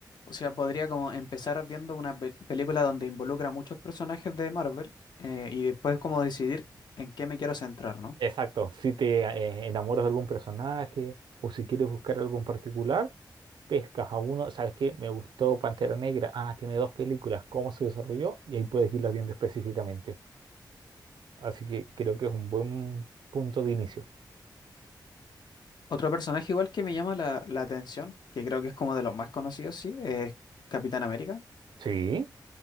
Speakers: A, on the left; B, on the right.
A: O sea, podría como empezar viendo una pe- película donde involucra a muchos personajes de Marvel eh, y después como decidir en qué me quiero centrar, ¿no?
B: Exacto, si te eh, enamoras de algún personaje o si quieres buscar algo en particular pescas a uno, ¿sabes qué? Me gustó Pantera Negra, ah, tiene dos películas, ¿cómo se desarrolló? Y ahí puedes irlas viendo específicamente. Así que creo que es un buen punto de inicio.
A: Otro personaje igual que me llama la, la atención, que creo que es como de los más conocidos, sí, es Capitán América.
B: Sí,